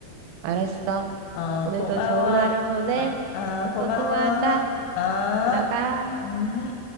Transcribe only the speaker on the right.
알았어.
오늘도
좋은 하루 보내.
또 통화하자.
들어가.